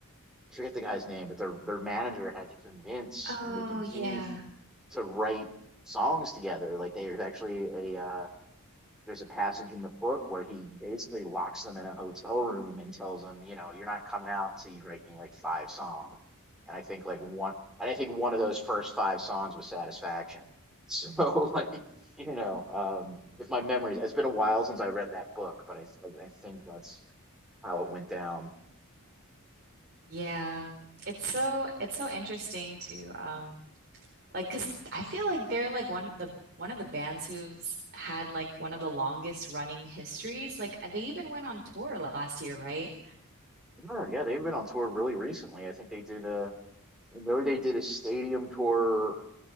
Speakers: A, in the centre; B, on the right (about 45°).
A: I forget the guy's name, but their their manager had to convince
B: Oh
A: Mick and
B: yeah.
A: Keith to write songs together. Like they were actually a uh, there's a passage in the book where he basically locks them in a hotel room and tells them, you know, you're not coming out until you write me like five songs. And I think like one, and I think one of those first five songs was Satisfaction. <laughs> So like, you know, um, if my memory, it's been a while since I read that book, but I I think that's how it went down.
B: Yeah. It's so it's so interesting to um like 'cause I feel like they're like one the one of the bands who's had like one of the longest running histories. Like they even went on tour last year, right?
A: Oh, yeah, they've been on tour really recently. I think they did a, I know they did a stadium tour